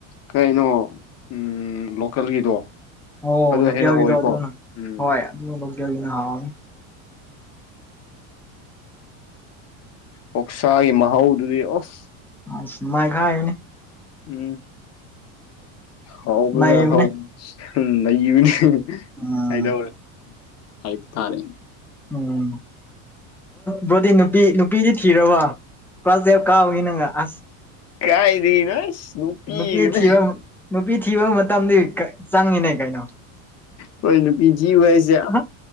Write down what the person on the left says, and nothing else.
ꯀꯩꯅꯣ ꯎ ꯂꯣꯀꯦꯜꯒꯤꯗꯣ
ꯑꯗꯨ
ꯍꯦꯟꯅ ꯍꯧꯋꯦꯀꯣ
ꯎꯝ
ꯑꯣꯛꯁꯥꯒꯤ ꯃꯍꯥꯎꯗꯨꯗꯤ ꯑꯁ
ꯎꯝ ꯍꯥꯎꯕꯅ
ꯍ ꯅꯕꯅꯤ
ꯍꯥꯏꯗꯧꯔꯦ ꯍꯥꯏꯕ ꯇꯥꯔꯦ
ꯀꯥꯏꯗꯅ ꯅꯨꯄꯤꯤꯅꯦ
ꯀꯣꯏ ꯅꯨꯄꯤꯤꯖꯤ ꯍꯥꯏꯏꯁꯦ